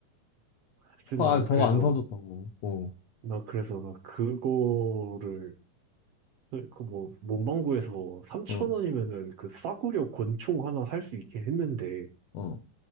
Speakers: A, on the right (about 70°); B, on the left (about 75°).
A: 사실
B: 아
A: 나는 그래서,
B: 더 안 사줬다고. 어
A: 나 그래서 나 그거를, 그 뭐, 문방구에서 3천
B: 어,
A: 원이면은 그 싸구려 권총 하나 살 수 있긴 했는데,
B: 어.